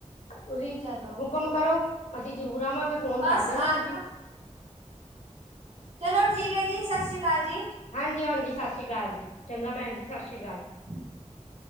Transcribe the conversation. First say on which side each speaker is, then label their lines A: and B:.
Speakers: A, on the left; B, on the right.
A: ਤੁਸੀਂ
B: ਚਲੋ
A: ਹੁਕਮ ਕਰੋ, ਅਸੀਂ ਜ਼ਰੂਰ ਆਵਾਂਗੇ, ਫੋਨ
B: ਬਸ
A: ਕਰਦੇ
B: ਆ
A: ਨਾ ਤੁਸੀਂ
B: ਜਾਣਾ ਚਲੋ ਠੀਕ ਹੈ ਜੀ, ਸਤਿ ਸ਼੍ਰੀ ਅਕਾਲ ਜੀ।
A: ਹਾਂਜੀ, ਹਾਂਜੀ, ਸਤਿ ਸ਼੍ਰੀ ਅਕਾਲ ਜੀ, ਚੰਗਾ ਭੈਣ ਜੀ ਸਤਿ ਸ਼੍ਰੀ ਅਕਾਲ।
B: ਹੂੰ <unintelligible> <inaudible>